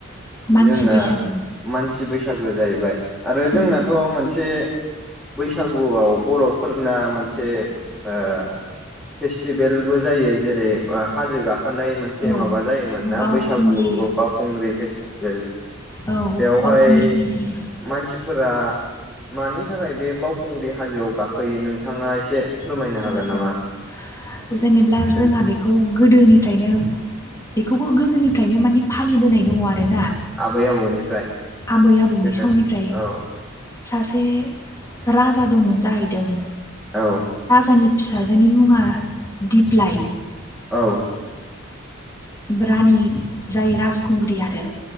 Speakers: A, on the left; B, in the centre.
A: मानसि
B: जोंना
A: बैसागु
B: मानसि बैसागो जाहैबाय। आरो जोंनाथ'
A: उम
B: मोनसे बैसागुआव बर' फोरना मोनसे ओ फेस्टिभेल बो जायो जेरै हाजो गाख खोनाय मोनसे
A: औ
B: माबा जायोमोन ना
A: बावखुंग्रि
B: बैसागुआव बावखुंग्रि फेस्टिभेल।
A: औ
B: बेवहाय
A: बावखुंग्रि फोरबो
B: मानसिफोरा मानि थाखाय बे बावखुंग्रि हाजोआव गाखोयो नोंथाङा एसे फोरमायनो
A: <unintelligible>
B: हागोन नामा
A: जेनेब्ला जोंहा बेखौ गोदोनिफ्रायनो बेखौबो गोदोनिफ्रायनो माने फालिबोनाय दङ आरो। दोना
B: आबै आबौनिफ्राय
A: आबै आबौनि
B: गोदोनो
A: समनिफ्राय
B: औ
A: सासे राजा दंमोन जाहैदों।
B: औ।
A: नि फिसाजोनि मुङा दिप्लाइ।
B: औ।
A: रानि जाय राजखुंग्रि आरो